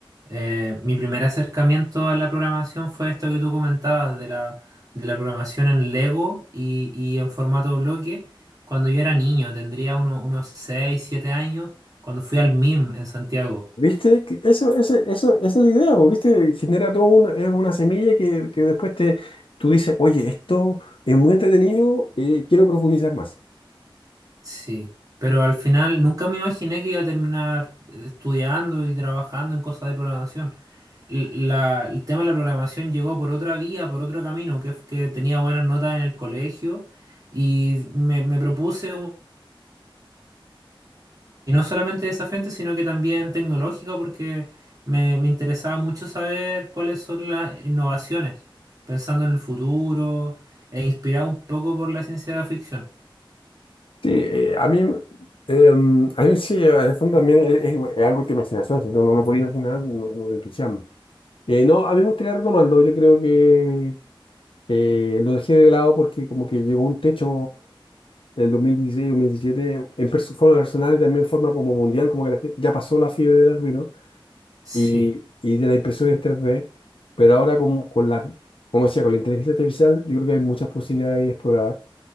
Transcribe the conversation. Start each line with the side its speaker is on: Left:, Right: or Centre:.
Right: Eh, mi primer acercamiento a la programación fue esto que tú comentabas de la, de la programación en Lego y, y en formato bloque. Cuando yo era niño, tendría uno- unos 6 7 años, cuando fui al MIM en Santiago.
Left: ¿Viste? Que Eso, ese- eso, esa es la idea, po, ¿viste? Genera todo un- es una semilla que, que después te, tú dices, oye, esto es muy entretenido, eh, quiero profundizar más.
Right: Sí. Pero al final nunca me imaginé que iba a terminar eh, estudiando y trabajando en cosas de programación. L- la- el tema de la programación llegó por otra vía, por otro camino, que, f- que tenía buenas notas en el colegio y me, me propuse Y no solamente de esa frente, sino que también tecnológica, porque me, me interesaba mucho saber cuáles son las innovaciones, pensando en el futuro, e inspirado un poco por la ciencia de la ficción.
Left: Sí, eh, a mí, em, a mí sí, en el fondo también es, es- es algo de imaginación, si no, no lo podía imaginar, no, no te entusiasma. Eh, no, a mí me gustaría retomarlo, yo creo que Eh, lo dejé de lado porque como que llegó un techo en el 2016-2017 en perso- forma personal y también en forma como mundial, como que la gen- ya pasó la fiebre del Arduino
Right: Sí.
Left: y, y de la impresión en 3D, pero ahora con, con la, como decía, con la inteligencia artificial yo creo que hay muchas posibilidades ahí exploradas,